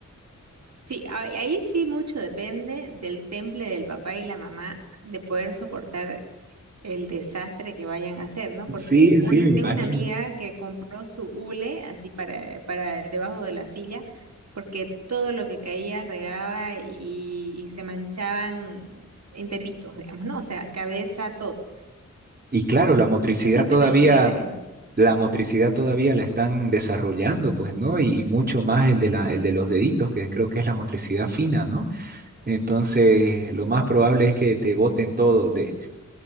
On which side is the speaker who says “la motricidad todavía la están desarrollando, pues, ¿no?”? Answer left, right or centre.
Right